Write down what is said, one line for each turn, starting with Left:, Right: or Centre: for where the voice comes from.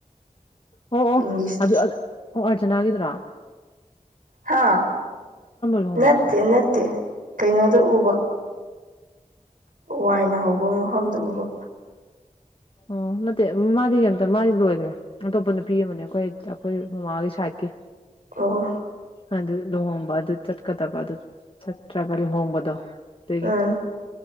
Left: ꯑꯣ ꯑꯣ
Right: ꯏꯪꯂꯤꯁ
Left: ꯑꯗꯨ ꯑꯣ ꯑꯔꯆꯅꯥ ꯍꯥꯏꯒꯗ꯭ꯔꯥ
Right: ꯍꯥ
Left: ꯂꯨꯍꯣꯡꯕꯅꯣ
Right: ꯅꯠꯇꯦ ꯅꯠꯇꯦ ꯀꯩꯅꯣꯗ ꯎꯕ ꯋꯥꯏꯅ ꯍꯧꯕ ꯃꯐꯝꯗꯨ ꯎꯕ
Left: ꯑꯣ ꯅꯠꯇꯦ ꯃꯥꯗꯤ ꯀꯝꯇ ꯃꯥꯗꯤ ꯂꯣꯏꯈ꯭ꯔꯦ ꯑꯇꯣꯞꯄ ꯅꯨꯄꯤ ꯑꯃꯅꯦ ꯑꯩꯈꯣꯏ ꯑꯩꯈꯣꯏ ꯃꯃꯥꯒꯤ ꯁꯥꯏꯠꯀꯤ
Right: ꯑꯣ
Left: ꯑꯗꯨ ꯂꯨꯍꯣꯡꯕ ꯑꯗꯨ ꯆꯠꯀꯗꯕ ꯑꯗꯨ ꯆꯠꯇ꯭ꯔꯕ ꯂꯨꯍꯣꯡꯕꯗꯣ ꯑꯗꯒꯤ
Right: ꯎꯝ